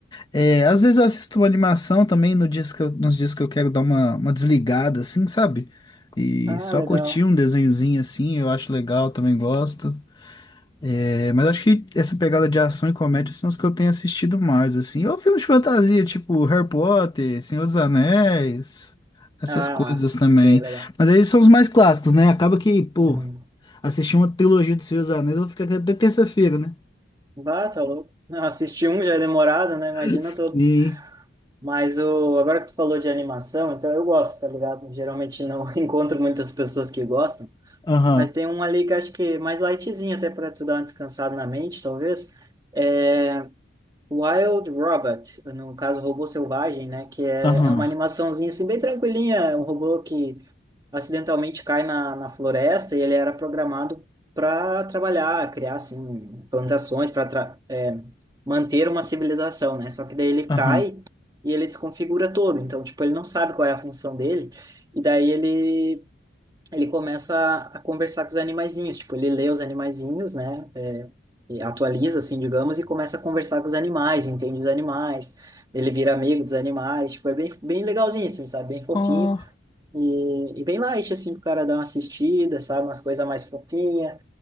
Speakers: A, on the left; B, on the right.
A: É, às vezes eu assisto uma animação também no dias que eu- nos dias que eu quero dar uma, uma desligada, assim, sabe? E
B: Ah,
A: só
B: legal.
A: curtir um desenhozinho assim, eu acho legal, também gosto. É, mas acho que essa pegada de ação e comédia são os que eu tenho assistido mais, assim. Ou filmes de fantasia, tipo Harry Potter, Senhor dos Anéis, essas
B: Ah,
A: coisas
B: sei,
A: também.
B: legal.
A: Mas aí são os mais clássicos, né? Acaba que, pô,
B: Uhum.
A: assistir uma trilogia do Senhor dos Anéis, eu vou ficar aqui até terça-feira, né?
B: Bah, tá louco. Não, assistir um já é demorado, né?
A: <laughs>
B: Imagina
A: Sim.
B: todos. Mas o, agora que tu falou de animação, então eu gosto, tá ligado? Geralmente não <laughs> encontro muitas pessoas que gostam,
A: Aham,
B: mas tem um ali que acho que é mais lightzinho, até para tu dar uma descansada na mente, talvez. É Wild Robot, no caso, Robô Selvagem, né? Que é,
A: aham,
B: é uma animaçãozinha assim, bem tranquilinha, um robô que acidentalmente cai na, na floresta e ele era programado para trabalhar, criar assim plantações para manter uma civilização, né? Só que daí ele
A: aham.
B: cai e ele desconfigura todo, então tipo ele não sabe qual é a função dele e daí ele ele começa a, a conversar com os animaizinhos, tipo ele lê os animaizinhos, né? É, e atualiza assim, digamos, e começa a conversar com os animais, entende os animais. Ele vira amigo dos animais, tipo, é bem, bem legalzinho, assim, sabe? Bem fofinho.
A: Ah,
B: E, e bem light, assim, pro cara dar uma assistida, sabe? Umas coisas mais fofinhas.